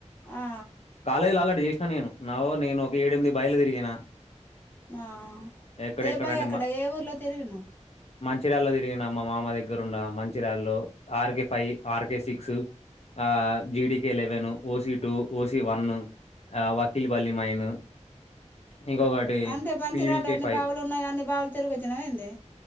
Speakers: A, on the left (about 15°); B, on the left (about 60°).
A: ఆ
B: కాలేజ్ల ఆల్రెడీ చేస్ నేను నావో నేను ఒక ఏడెమిది బాయిలు తిరిగిన
A: ఆ
B: ఎక్కడెక్కడ
A: ఏ బాయ్
B: అంటే
A: అక్కడ ఏ ఊర్లో తిరిగినవు
B: చిరాల్లో తిరిన మా మామ దగ్గర ఉన్న మంచిరాల్లో ఆర్క ఫైవ్ ఆర్క సిక్స్ ఆ జిడకే eleven OC two OC one వకల్ బలి మైన్ ఇంకొకటి
A: అంటే మంచి
B: పివికే
A: రాళ్ళు ఎన్ని
B: ఫైవ్
A: బావులు ఉన్నాయో అన్ని బావులు తిరిగొచ్చినవ ఏంది